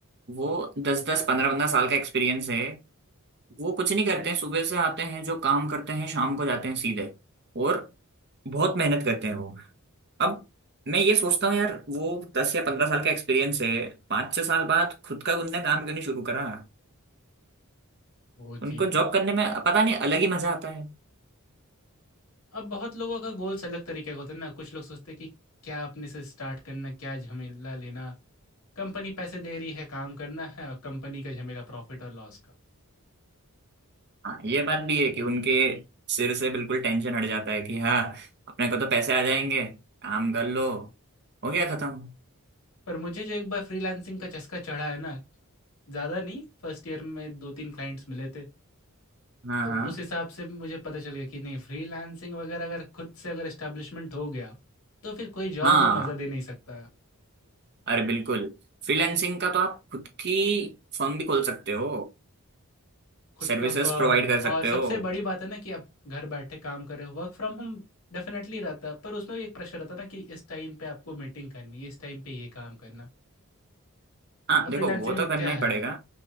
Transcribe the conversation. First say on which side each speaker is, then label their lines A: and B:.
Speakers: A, on the right (about 50°); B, on the left (about 85°).
A: वो दस दस पंद्रह पंद्रह साल का एक्सपीरियंस है वो कुछ नहीं करते हैं सुबह से आते हैं जो काम करते हैं शाम को जाते हैं सीधे और बहुत मेहनत करते हैं वो अब मैं ये सोचता हूँ यार वो दस या पंद्रह साल का एक्सपीरियंस है पाँच छह साल बाद खुद का उनने काम क्यों नहीं शुरू करा
B: वो
A: उनको
B: चीज़ है।
A: जॉब करने में पता नहीं अलग ही मजा आता
B: अब बहुत लोगों का गोल्स अलग तरीके का होता है ना, कुछ लोग सोचते हैं कि क्या अपने से स्टार्ट करना, क्या झमेला लेना, कंपनी पैसे दे रही है, काम करना है और कंपनी का झमेला प्रॉफ़िट और लॉस का।
A: हाँ ये बात भी है कि उनके सिर से बिल्कुल टेंशन हट जाता है कि हाँ अपने को तो पैसे आ जाएंगे काम कर लो हो गया खत्म
B: पर मुझे जो एक बार फ्रीलांसिंग का चस्का चढ़ा है ना, ज़्यादा नहीं, फर्स्ट ईयर में 2-3 क्लाइंट्स मिले थे,
A: हाँ
B: तो
A: हाँ
B: उस हिसाब से मुझे पता चल गया कि नहीं फ्रीलांसिंग वगैरह अगर खुद से अगर एस्टैब्लिशमेंट हो गया, तो फिर कोई जॉब
A: हाँ
B: वो मज़ा दे नहीं सकता है।
A: अरे बिल्कुल फ्रीलैंसिंग का तो आप खुद की फर्म भी खोल सकते हो
B: खुद
A: सर्विसेज
B: का फर्म
A: प्रोवाइड कर सकते
B: और
A: हो
B: सबसे बड़ी बात है ना कि आप घर बैठे काम कर रहे हो वर्क फ्रॉम होम डेफिनेटली रहता है पर उसमें भी एक प्रेशर रहता है ना कि इस टाइम पे आपको मीटिंग करनी है इस टाइम पे ये काम करना
A: हाँ
B: और फ्रीलांसिंग
A: देखो वो
B: में
A: तो करना
B: क्या
A: ही
B: है
A: पड़ेगा